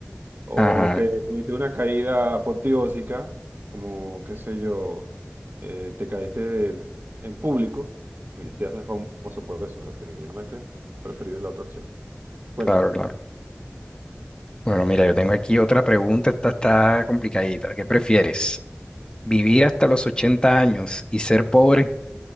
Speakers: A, on the right; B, on the left.
A: o
B: Ajá,
A: que tuviste una caída apoteósica, como, qué sé yo, eh, te caíste de- en público y te haces famoso por eso, definitivamente preferible la otra opción. Cuéntame,
B: claro, claro. Bueno, mira, yo tengo aquí otra pregunta, esta está complicadita. ¿Qué prefieres? ¿Vivir hasta los 80 años y ser pobre